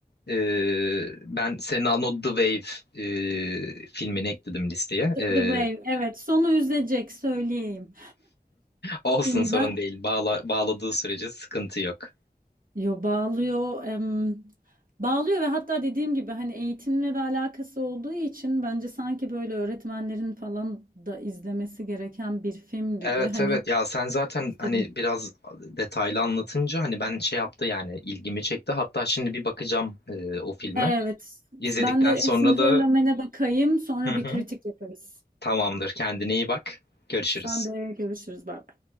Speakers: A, on the left; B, on the right.
A: Ee, ben senin aldığın o The Wave e, filmini ekledim listeye.
B: The,
A: Ee,
B: The Wave. Evet, sonu üzecek söyleyeyim.
A: olsun
B: Şimdiden
A: sorun değil. Bağla, bağladığı sürece sıkıntı yok.
B: Yo bağlıyor, em, bağlıyor ve hatta dediğim gibi hani eğitimle de alakası olduğu için bence sanki böyle öğretmenlerin falan da izlemesi gereken bir film
A: Evet
B: gibi. Hani
A: evet ya sen zaten
B: işte-
A: hani biraz detaylı anlatınca hani ben şey yaptı yani ilgimi çekti. Hatta şimdi bir bakacağım e, o filme.
B: evet
A: İzledikten
B: ben de
A: sonra
B: Cinderella
A: da
B: Man'e bakayım sonra
A: hı
B: bir
A: hı,
B: kritik yaparız.
A: tamamdır kendine iyi bak. Görüşürüz.
B: Sen de görüşürüz bay bay.